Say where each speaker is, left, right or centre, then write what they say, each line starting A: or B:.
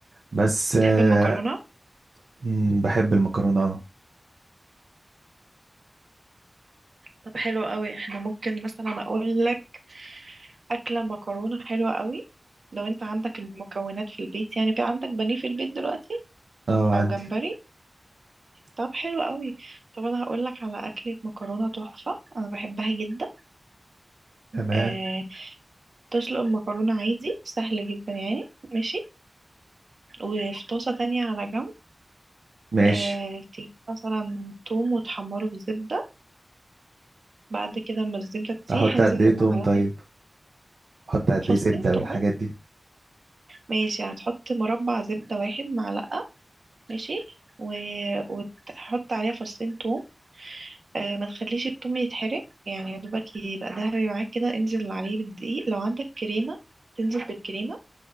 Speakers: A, on the right; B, on the right.
A: بس آه
B: تحب المكرونة
A: مم، بحب
B: مم.
A: المكرونه اه
B: طب حلو قوي احنا ممكن مثلا اقول لك اكله مكرونه حلوه قوي لو انت عندك المكونات في البيت يعني في عندك بانيه في البيت دلوقتي
A: اه عندي
B: او جمبري طب حلو قوي طب انا هقول لك على اكله مكرونه تحفه انا بحبها جدا
A: تمام
B: آه تسلق المكرونه عادي سهل جدا يعني ماشي وفي طاسة تانية على جنب
A: ماشي
B: آه تجيب مثلا توم وتحمره في زبدة بعد كده ما الزبدة تسيح
A: احط
B: انزل
A: قد ايه
B: بمعلقة
A: توم طيب احط قد
B: فصين
A: ايه زبده والحاجات
B: توم
A: دي
B: ماشي هتحط مربع زبدة واحد معلقة ماشي و... وتحط عليها فصين توم آه ما تخليش التوم يتحرق يعني يا دوبك يبقى دهبي معاك كده انزل عليه بالدقيق لو عندك كريمة تنزل بالكريمة